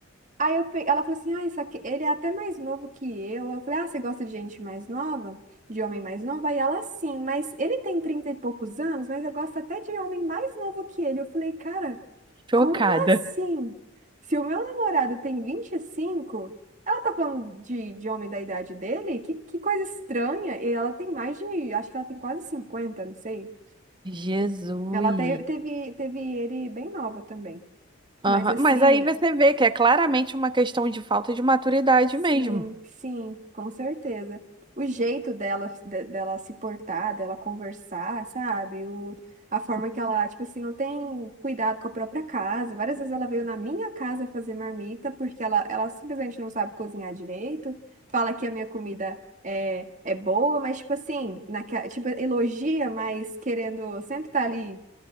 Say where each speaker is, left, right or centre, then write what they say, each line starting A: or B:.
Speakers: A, on the right (about 40°); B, on the right (about 25°).
A: aí eu pe... ela falou assim: ah, isso aqui... ele é até mais novo que eu. Eu falei: ah, você gosta de gente mais nova? De homem mais novo? Aí ela, sim, mas ele tem 30 e poucos anos, mas eu gosto até de homem mais novo que ele. Eu falei: cara.
B: chocada.
A: Como assim? Se o meu namorado tem 25, ela tá falando de, de homem da idade dele? Que, que coisa estranha. E ela tem mais de, acho que ela tem quase 50, não sei.
B: Jesus.
A: Ela te- teve, teve ele bem nova também. Mas
B: Aham.
A: assim,
B: Mas aí você vê que é claramente uma questão de falta de maturidade
A: Sim,
B: mesmo.
A: sim, com certeza. O jeito dela, de- dela se portar, dela conversar, sabe? O, a forma que ela, tipo assim, não tem cuidado com a própria casa. Várias vezes ela veio na minha casa fazer marmita porque ela, ela simplesmente não sabe cozinhar direito. Fala que a minha comida é, é boa, mas, tipo assim, naquela, tipo, elogia, mas querendo sempre estar ali.